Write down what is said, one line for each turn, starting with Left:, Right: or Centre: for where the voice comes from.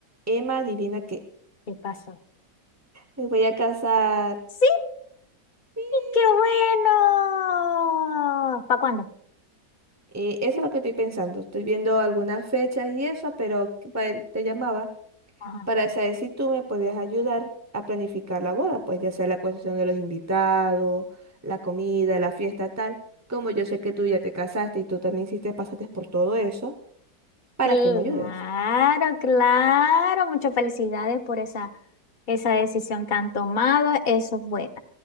Right: Emma, adivina qué.
Left: ¿Qué pasó?
Right: Me voy a casar.
Left: ¡Sí!
Right: Y,
Left: ¡Qué bueno! ¿Para cuándo?
Right: eh, eso es lo que estoy pensando. Estoy viendo algunas fechas y eso, pero que pa- eh, te llamaba
Left: Ajá.
Right: para saber si tú me podías ayudar a planificar la boda, pues ya sea la cuestión de los invitados, la comida, la fiesta, tal. Como yo sé que tú ya te casaste y tú también sí te pasaste por todo eso, para
Left: Claro,
Right: que me ayudes.
Left: claro. Muchas felicidades por esa, esa decisión que han tomado. Eso es bueno.